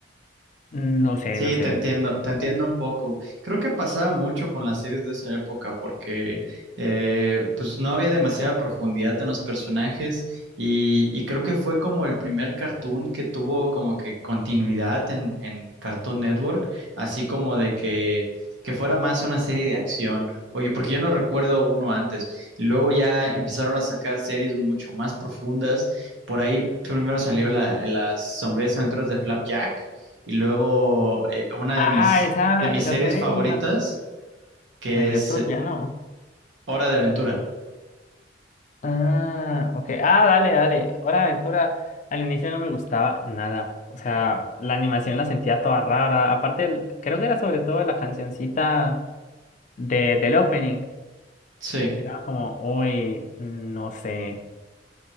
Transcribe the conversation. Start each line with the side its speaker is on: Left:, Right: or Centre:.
Left: no sé,
Right: Sí,
Left: no sé.
Right: te entiendo, te entiendo un poco. Creo que pasaba mucho con las series de esa época porque eh, pues no había demasiada profundidad en los personajes y, y creo que fue como el primer cartoon que tuvo como que continuidad en, en Cartoon Network, así como de que, que fuera más una serie de acción. Oye, porque yo no recuerdo uno antes. Luego ya empezaron a sacar series mucho más profundas. Por ahí primero salió la, las sombrías aventuras de Flapjack y luego eh, una
Left: Ah,
Right: de mis,
Left: esa,
Right: de mis
Left: esa
Right: series
Left: serie
Right: favoritas,
Left: era
Right: que
Left: medio
Right: es
Left: turbia, ¿no?
Right: Hora de Aventura.
Left: Ah, ok. Ah, dale, dale. Hora de Aventura al inicio no me gustaba nada. O sea, la animación la sentía toda rara. Aparte, el- creo que era sobre todo la cancioncita de, del opening.
Right: Sí.
Left: Era como, uy, no sé,